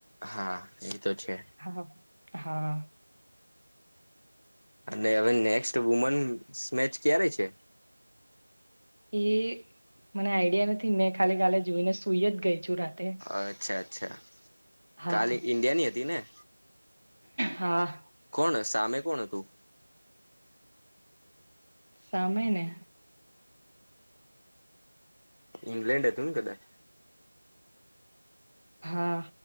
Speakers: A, on the left; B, on the right.
A: હા એ તો છે.
B: હા હા.
A: અને હવે નેક્સ્ટ વુમેન મેચ ક્યારે છે.
B: એ મને આઈડિયા નથી મેં ખાલી કાલે જોઈને સુઈ જ ગઈ છું રાતે
A: અચ્છા અચ્છા
B: હા
A: કાલે ઈન્ડિયાની હતી ને??
B: હા.
A: કોણ સામે કોણ હતું.
B: સામે ને
A: ઇંગ્લેન્ડ હતું ને કદાચ
B: હા